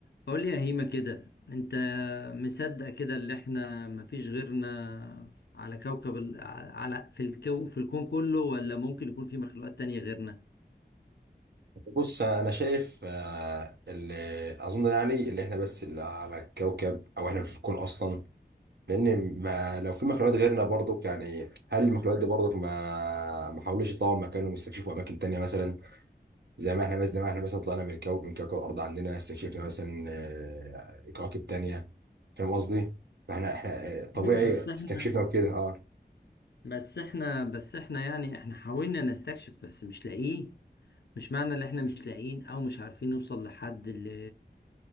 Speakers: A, on the left; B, on the right.
A: قول لي يا هيما كده انت مصدق كده اللي احنا مفيش غيرنا على كوكب ال... على على- في الكو... في الكون كله ولا ممكن يكون في مخلوقات تانية غيرنا
B: بص انا شايف آه، اللي اظن يعني اللي احنا بس اللي على الكوكب او احنا في الكون اصلا لان ما لو في مخلوقات غيرنا برضك يعني هل المخلوقات دي برضك ما ما حاولوش يطلعوا مكانهم يستكشفوا اماكن تانية مثلا زي ما احنا مثلا زي ما احنا مثلا طلعنا من الكوكب من كوكب الارض عندنا استكشفنا مثلا آه، كواكب تانية فاهم قصدي؟ فاحنا احنا آه، طبيعي
A: ايوه بس احنا
B: استكشفنا وكده اه
A: بس احنا بس احنا يعني احنا حاولنا نستكشف بس مش لاقيين مش معنى ان احنا مش لاقيين او مش عارفين نوصل لحد اللي